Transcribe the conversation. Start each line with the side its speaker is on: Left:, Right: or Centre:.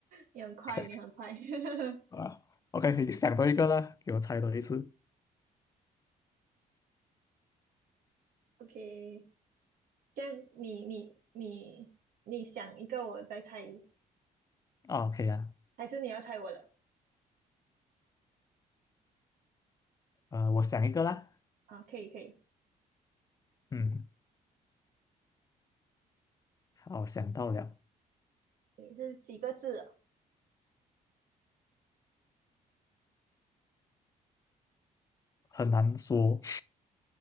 Right: 你很快，
Left: ，OK
Right: 你很快。<laughs>
Left: 啊，OK，你想到一个啦，给我猜多一次
Right: OK，这样你你你你想一个，我再猜，
Left: 啊，OK 啊，
Right: 还是你要猜我的？
Left: 呃，我想一个啦，
Right: 啊，可以可以，
Left: 嗯，好，想到了，
Right: 也是几个字啊
Left: 很难说，